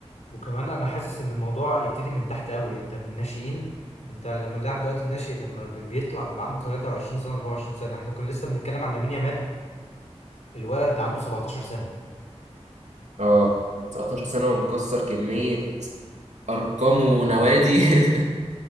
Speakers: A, on the left (about 75°); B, on the right (about 80°).
A: وكمان انا حاسس ان الموضوع يبتدي من تحت قوي انت من الناشئين انت لما اللاعب دلوقتي الناشئ لما بي- بيطلع بيبقى عنده 23 سنه 24 سنه احنا كنا لسه بنتكلم عن لامين يامال الولد عنده 17 سنه
B: اه 17 سنة ومكسر كمية أرقام ونوادي <laughs>